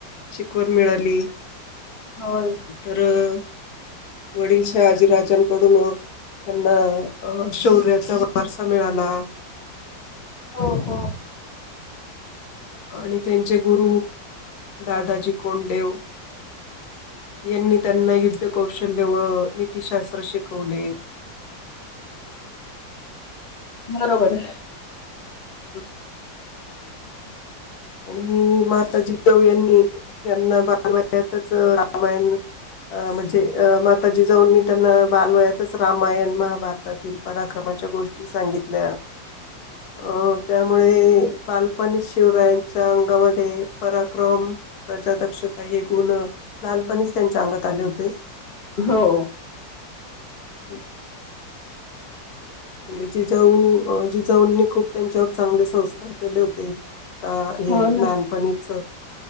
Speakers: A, on the left; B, on the left.
A: शिकवण मिळाली.
B: होय
A: तर अ.. वडील शहाजीराजांकडून अ त्यांना अ शौ्र्या.. वारसा मिळाला.
B: हो हो
A: आणि त्यांचे गुरु. दादाजी कोंडदेव यांनी त्यांना युद्ध- कौशल्य व नीतीशास्त्र शिकवले.
B: बरोबर आहे.
A: ह्म्म्म आणि... माताजी जिजाऊ यांनी यांना बालवयातचं - रामायण अ म्हणजे अ माताजी जिजाऊ मी त्यांना बालवयातच रामायण महा- भारतातील पराक्रमाच्या गोष्टी सांगितल्या अ त्यामुळे.... बालपणी शिवरायं. त्यांचा अंगामध्ये पराक्रम प्रजादक्षता हे गुण लहानपणीच त्यांच्या अंगात- आले होते.
B: हो.
A: <inaudible> म्हणजे जिजाऊ जिजाऊंनी खूप त्यांच्यावर चांगले संस्कार केले होते. का हे
B: हो ना
A: लहानपणीचं.